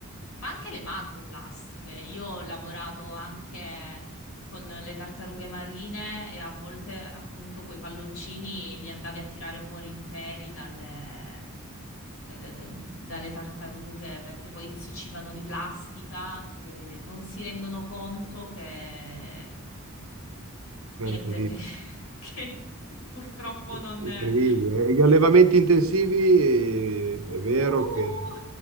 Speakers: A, on the left; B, on the right.
A: Ma anche le macroplastiche. Io ho lavorato anche con le tartarughe marine e a volte appunto quei palloncini li andavi a tirare fuori interi dalle, da- da- da- dalle tartarughe perché poi si cibano di plastica e non si rendono conto che
B: è
A: niente,
B: incredibile,
A: che, <laughs> che purtroppo
B: è
A: non...
B: incredibile. E gli allevamenti intensivi eh, è vero
A: Uh!
B: che,